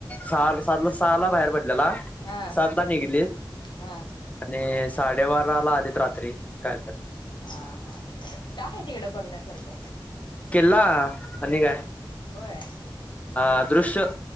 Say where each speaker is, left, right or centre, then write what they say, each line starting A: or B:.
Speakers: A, on the left; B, on the left.
A: सहा सात ला सहा ला बाहेर पड लेला
B: हा
A: सातला निघली आणि
B: हा
A: साडेबाराला आलीत रात्री काय तर
B: हा हा काय हाय तिकडं बघण्यासारखं?
A: किल्ला आणि काय
B: होय.
A: अ दृश्य